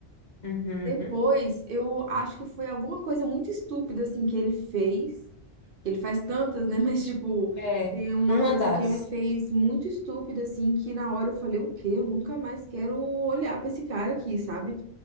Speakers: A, on the left; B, on the right.
A: uhum,
B: Depois,
A: uhum.
B: eu acho que foi alguma coisa muito estúpida, assim, que ele fez. Ele faz tantas, né? <laughs> Mas, tipo,
A: É,
B: tem uma
A: uma
B: coisa
A: das.
B: que ele fez muito estúpida, assim, que na hora eu falei, o quê? Eu nunca mais quero olhar pra esse cara aqui, sabe?